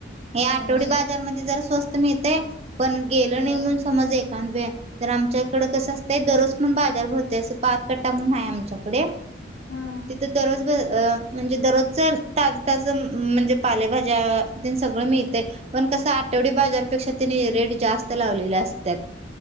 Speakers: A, on the right; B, on the left.
A: हे आठवडी
B: हो
A: बाजारमध्ये जर स्वस्त मिळते पण गेलं
B: होय
A: नाही म्हणून समज एक <unintelligible> तर आमच्या इकडं कसं असतंय दररोज पण बाजार भरते असं पारकटा म्हणून आहे आमच्याकडे
B: हा
A: तिथं दररोज ब अं म्हणजे दररोजचा ताजा-ताजा म्हणजे पालेभाज्या तेन सगळं मिळते पण कसं आ तेेवढ्या बाजारपेक्षा त्यांनी रेट जास्त लावलेले असत्यात.